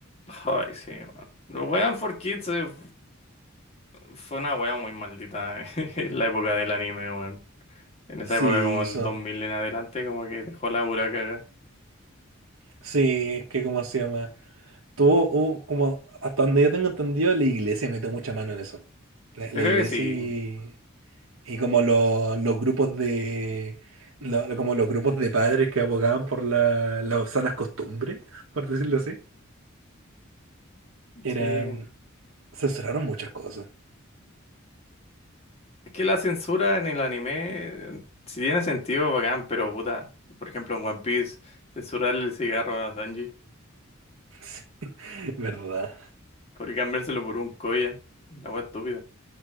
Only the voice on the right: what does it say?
Sí,
son
Sí, es que como se llama. Tuvo, hubo como, hasta donde yo tengo entendido, la iglesia metió mucha mano en eso. La,
la
iglesia
y, y como lo- los grupos de lo- lo- como los grupos de padres que abogaban por la, las sanas costumbres, por decirlo así, eran,
censuraron muchas cosas. <laughs>
Sí, ¿verdad?